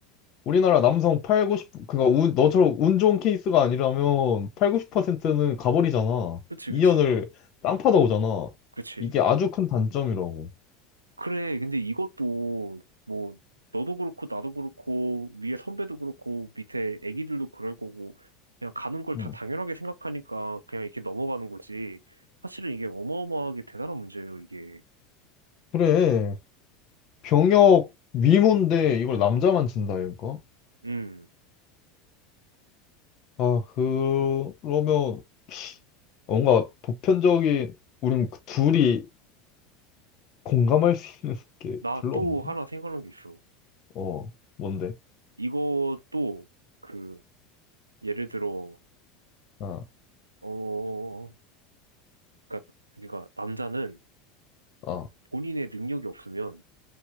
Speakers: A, on the left; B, on the right.
A: 우리나라 남성 팔 구십 그니까 운, 너처럼 운 좋은 케이스가 아니라면 퍼 90%는 가버리잖아.
B: 그치,
A: 이년을
B: 그치,
A: 땅 파다 오잖아.
B: 그치.
A: 이게 아주 큰 단점이라고.
B: 그래. 근데 이것도, 뭐, 너도 그렇고, 나도 그렇고, 위에 선배도 그렇고, 밑에 애기들도 그럴 거고, 그냥 가는 걸 다
A: 응.
B: 당연하게 생각하니까 그냥 이렇게 넘어가는 거지. 사실은 이게 어마어마하게 대단한 문제예요, 이게.
A: 그래. 병역 위문데 이걸 남자만 진다 이거?
B: 음,
A: 아, 그- 그러면 뭔가 보편적인 우린 그 둘이 공감할 수 있는 게
B: 나
A: 별로
B: 또
A: 없는데?
B: 하나 생각난 게 있어.
A: 어, 뭔데?
B: 이것도, 그, 예를 들어,
A: 아,
B: 어, 그니까, 그니까, 남자는
A: 아,
B: 본인의 능력이 없으면